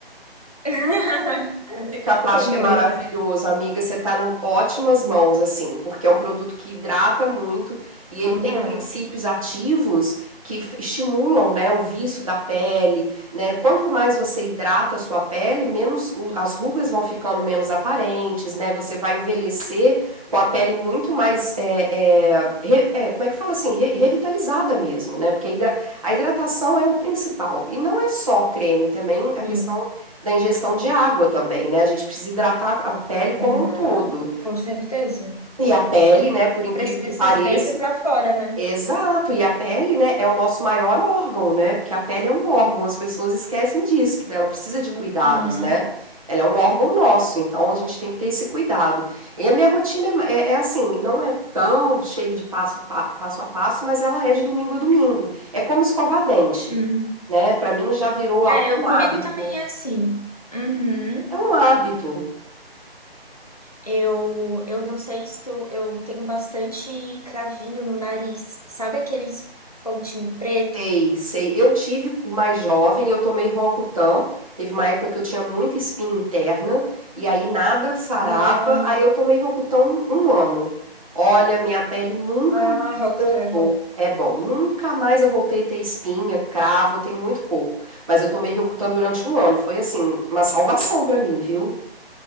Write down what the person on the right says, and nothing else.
Ficar plástico
é maravilhoso, amiga, você tá num ótimas mãos, assim, porque é um produto que hidrata muito e ele
tem princípios ativos que f estimulam, né, o viço da pele, né, quanto mais você hidrata a sua pele, menos o as rugas vão ficando menos aparentes, né, você vai envelhecer com a pele muito mais, eh eh, re eh, como é que fala assim? Re revitalizada mesmo, né, porque a hidra a hidratação é o principal, e não é só creme, também a
questão da ingestão de água também, né? A gente precisa hidratar a pele
como um todo.
E a pele, né, por incrível
que
pareça,
exato, e a pele, né, é o nosso maior órgão, né? Porque a pele é um órgão, as pessoas esquecem disso, que ela precisa de cuidados,
né? Ela é um órgão nosso, então a gente tem que ter esse cuidado. E a minha rotina é, é é assim, não é tão cheio de passo, pa, passo a passo, mas ela é de domingo a domingo. É como escovar dente,
né? Para mim já virou a-
um
hábito.
É um hábito.
Sei, sei. Eu tive mais jovem, eu tomei Roacutan, teve uma época que eu tinha muita espinha interna, e aí nada sarava,
aí eu tomei Roacutan um ano. Olha, minha pele nunca
mais
voltou.
É bom, nunca mais eu voltei a ter espinha, cravo, eu tenho muito pouco. Mas eu tomei Roacutan durante um ano, foi assim, uma salvação pra mim, viu?